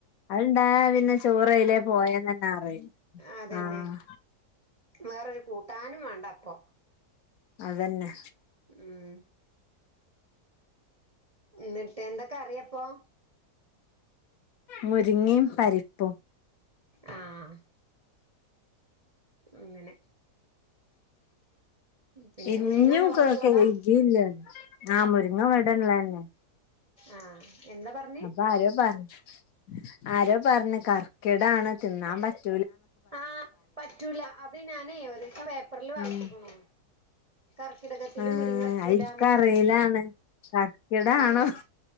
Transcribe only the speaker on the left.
അത്ണ്ടായ പിന്നെ ചോറെയിലേ പോയന്ന്ന്നെ അറിയു
ആഹ്
അതെന്നെ
മുരിങ്ങി പരിപ്പും
ഇന്നും
<unintelligible>
ആഹ് മുര്ങ്ങ വ്ടെ ഇള്ളെന്നെ
അപ്പൊ ആരോ പറഞ്ഞ ആരോ പറഞ്ഞു കർക്കിടാണ് തിന്നാൻ പറ്റ്
ആഹ്
ആഹ്
അത് ഇൻക്കറീലാണ് കർക്കിടാണോ